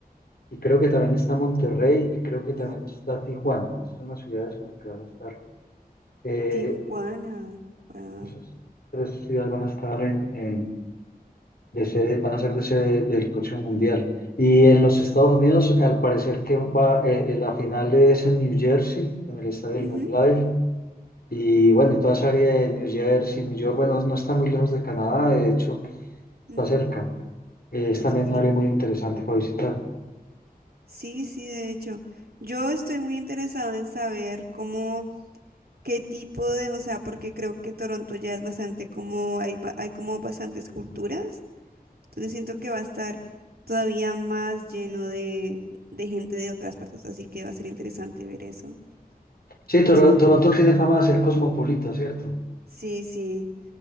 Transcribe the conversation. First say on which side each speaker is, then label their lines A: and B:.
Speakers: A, on the left; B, on the right.
A: Y creo que también está Monterrey y creo que también
B: ujú.
A: está Tijuana. Esas son las ciudades como que van a estar. Eh,
B: Tijuana, wow.
A: esas tres ciudades van a estar en, en- de sede, van a ser de sede del próximo mundial. Y en los Estados Unidos, al parecer que va, eh, eh, la final es en New Jersey, en el estadio del
B: Ujú,
A: MetLife. Y bueno, y toda esa área de New Jersey, New York, bueno, no está muy lejos de Canadá, de hecho, está
B: ujú,
A: cerca. Eh, es también
B: Sí,
A: un área muy interesante para visitar.
B: sí, sí, de hecho. Yo estoy muy interesado en saber cómo, qué tipo de, o sea, porque creo que Toronto ya es bastante como, hay, ba- hay como bastantes culturas. Entonces siento que va a estar todavía más lleno de, de gente de otras partes, así que va a ser interesante ver eso.
A: Sí, Toro-
B: Sí,
A: Toronto tiene fama de ser cosmopolita, ¿cierto?
B: sí, sí.